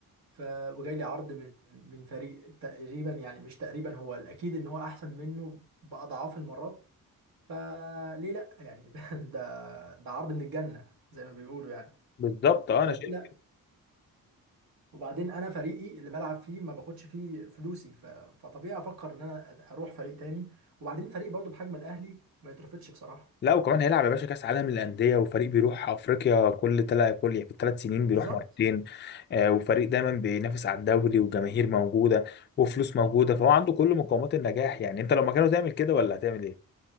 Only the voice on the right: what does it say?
ف وجاي لي عرض من من فريق تقريبا يعني مش تقريبا هو الاكيد ان هو احسن منه باضعاف المرات فليه لا يعني <laughs> ده ده عرض من الجنة زي ما بيقولوا يعني
آه
ليه لا
وبعدين انا فريقي اللي بلعب فيه ما باخدش فيه فلوسي ف فطبيعي افكر ان انا اروح فريق تاني وبعدين فريق برضه بحجم الاهلي ما يترفضش بصراحة
بالظبط